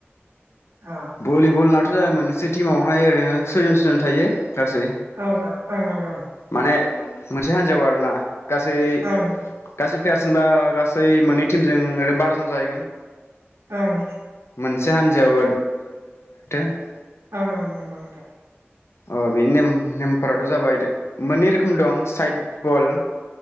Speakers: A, on the right; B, on the left.
A: औ
B: भलिबल ना मोनसे टिमावहाय ओरै सयजोन सयजोन थायो गासै
A: ओं ओं ओं ओं
B: माने मोनसे हान्जाव आरो ना गासै
A: ओं
B: गासै प्लेयारस होनबा गासै मोननै टिमजों ओरैनो बार'जन जाहैगोन
A: ओं ओं
B: मोनसे हान्जायाव <unintelligible>
A: ओं ओं नंगौ नंगौ
B: अ बेनि नेम नेमफोराथ' जाबाय मोननै रोखोम दं साइद बल